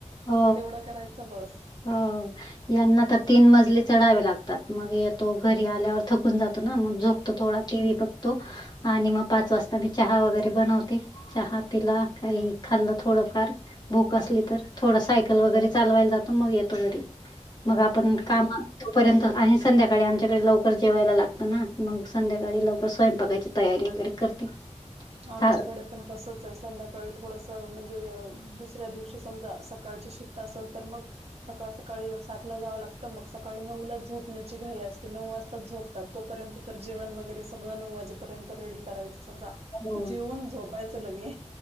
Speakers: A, on the right; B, on the left.
A: तर
B: हो,
A: मग तेवढं करायचं बसं.
B: हो. यांना तर तीन मजले चढावे लागतात. मग येतो घरी आल्यावर थकून जातो, ना मग झोपतो. तो थोडा टीव्ही बघतो आणि मग पाच वाजता मी चहा वगैरे बनवते. चहा पिला, काही खाल्लं थोडंफार भूक असली तर. थोडं सायकल वगैरे चालवायला जातो. मग येतो घरी मग आपण
A: हम्म.
B: कामात. तोपर्यंत आणि संध्याकाळी आमच्याकडे लवकर जेवायला लागतं ना, मग संध्याकाळी लवकर स्वयंपाकायचे तयारी वगैरे करते.
A: आमच्याकडे
B: सा-
A: पण तसंच आहे संध्याकाळी थोडंसं म्हणजे दुसऱ्या दिवशी समजा सकाळची शिफ्ट असेल, तर मग सकाळ सकाळी सातला जावं लागतं, मग सकाळी नऊला झोपण्याची घाई असते. नऊ वाजताच झोप तर तोपर्यंत तर जेवण वगैरे सगळं नऊ वाजेपर्यंत रेडी करायचं. समजा
B: हो,
A: जेवून झोपायचं लगे.